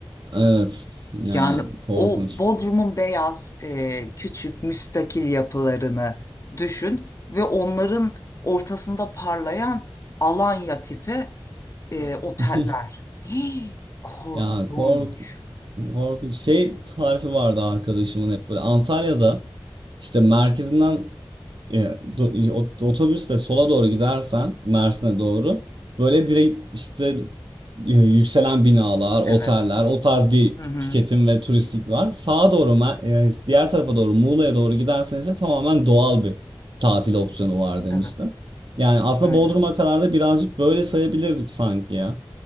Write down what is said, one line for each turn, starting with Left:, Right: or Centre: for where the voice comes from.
Right: Evet. yani
Left: Yani
Right: korkunç.
Left: o Bodrum'un beyaz e, küçük müstakil yapılarını düşün ve onların ortasında parlayan Alanya tipi e, oteller.
Right: <laughs>
Left: Hii, korkunç.
Right: Ya kork korkunç şey tarifi vardı arkadaşımın hep böyle Antalya'da işte merkezinden e, do- e, ot- otobüsle sola doğru gidersen Mersin'e doğru böyle direkt işte e, yükselen binalar, oteller,
Left: Evet.
Right: o tarz bir
Left: Hı hı.
Right: tüketim ve turistik var. Sağa doğru Mer- e, diğer tarafa doğru Muğla'ya doğru giderseniz de tamamen doğal bir tatil opsiyonu var demişti.
Left: Evet.
Right: Yani aslında
Left: Öyle.
Right: Bodrum'a kadar da birazcık böyle sayabilirdik sanki ya.